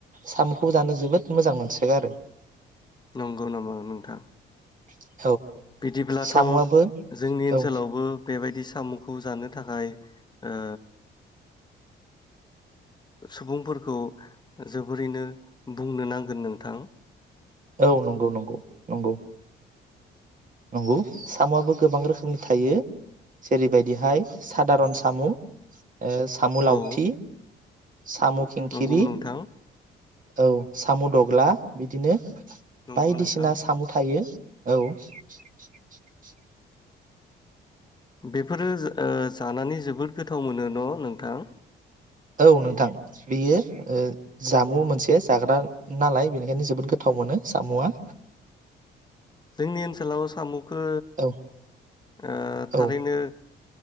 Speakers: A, on the right; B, on the left.
A: सामुखौ जानो जोबोद मोजां मोनसोगारो।
B: नंगौ नामा नोंथां?
A: <inaudible>
B: बिदिब्लाथ'
A: साम'आबो
B: जोंनि ओनसोलावबो
A: औ
B: बेबायदि सामुखौ जानो थाखाय ओ सुबुंफोरखौ जोबोरैनो बुंनो नांगोन नोंथां।
A: औ नंगौ नंगौ नंगौ। नंगौ सामुआबो गोबां रोखोमनि थायो जेरैबायदिहाय सादारन सामु ओ सामु लावथि,
B: औ
A: सामु खिंखिरि
B: नंगौ नोंथां
A: औ सामु दग्ला बिदिनो
B: नंगौ
A: बायदिसिना
B: नोंथां
A: सामु थायो। औ। <inaudible>
B: बेफोरो जा ओ जानानै जोबोद गोथाव मोनो न नोंथां?
A: औ नोंथां बेयो ओ जामु मोनसे जाग्रा नालाय बेनिखायनो जोबोद गोथाव मोनो सामुआ
B: जोंनि ओनसोलाव सामुखो
A: औ
B: ओ थारैनो
A: औ